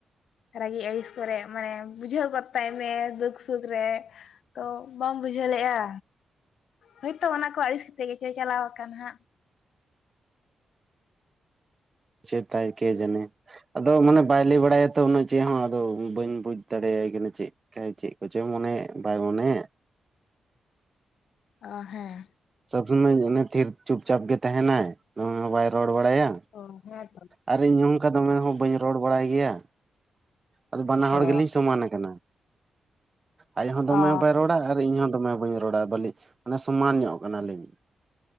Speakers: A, on the left; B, on the right.
A: ᱨᱟᱹᱜᱤ ᱟᱹᱲᱤᱥ ᱠᱚᱨᱮ ᱢᱟᱱᱮ ᱵᱩᱡᱷᱟᱹᱣ ᱜᱚᱫ ᱛᱟᱭᱢᱮ ᱫᱩᱠ ᱥᱩᱠ ᱨᱮ ᱛᱚ ᱵᱟᱢ ᱵᱩᱡᱷᱟᱹᱣ ᱞᱮᱼᱟ ᱦᱳᱭᱛᱳ ᱚᱱᱟ ᱠᱚ ᱟᱹᱲᱤᱥ ᱠᱟᱛᱮ ᱜᱮᱪᱚᱭ ᱪᱟᱞᱟᱣ ᱟᱠᱟᱱᱟ ᱦᱟᱸᱜ
B: ᱪᱮᱫ ᱛᱟᱭ ᱠᱮ ᱡᱚᱱᱮ ᱟᱫᱚ ᱢᱟᱱᱮ ᱵᱟᱭ ᱞᱟᱹᱭ ᱵᱟᱲᱟᱭᱟᱛᱚ ᱩᱱᱟᱹᱜ ᱪᱮᱫ ᱦᱚᱸ ᱟᱫᱚ ᱵᱟᱹᱧ ᱵᱩᱡ ᱫᱟᱲᱮᱭᱟᱭ ᱠᱟᱱᱟ ᱪᱮᱫ ᱪᱮᱫ ᱠᱚᱪᱚᱭ ᱢᱚᱱᱮ ᱵᱟᱭ ᱢᱚᱱᱮ ᱮ
A: ᱚ ᱦᱮᱸ
B: ᱥᱚᱵᱽ ᱥᱩᱢᱚᱭ ᱚᱱᱮ ᱛᱷᱤᱨ ᱪᱩᱯᱪᱟᱯ ᱜᱮ ᱛᱟᱦᱮᱱᱟᱭ <unintelligible> ᱵᱟᱭ ᱨᱚᱲ ᱵᱟᱲᱟᱭᱟ
A: ᱚ ᱦᱮᱸ ᱛᱚ
B: ᱟᱨ ᱤᱧᱦᱚᱸ ᱱᱚᱝᱠᱟ ᱫᱚᱢᱮ ᱦᱚᱸ ᱵᱟᱹᱧ ᱨᱚᱲ ᱵᱟᱲᱟᱭ ᱜᱮᱭᱟ, ᱟᱫᱚ ᱵᱟᱱᱟ ᱦᱚᱲ
A: ᱚ
B: ᱜᱮᱞᱤᱧ ᱥᱚᱢᱟᱱ ᱟᱠᱟᱱᱟ ᱟᱡ ᱦᱚᱸ ᱫᱚᱢᱮ
A: ᱚ
B: ᱵᱟᱭ ᱨᱚᱲᱟ ᱟᱨ ᱤᱧᱦᱚᱸ ᱫᱚᱢᱮ ᱵᱟᱹᱧ ᱨᱚᱲᱟ ᱵᱟᱹᱞᱤ ᱢᱟᱱᱮ ᱥᱚᱢᱟᱱ ᱧᱚᱜ ᱠᱟᱱᱟᱞᱤᱧ᱾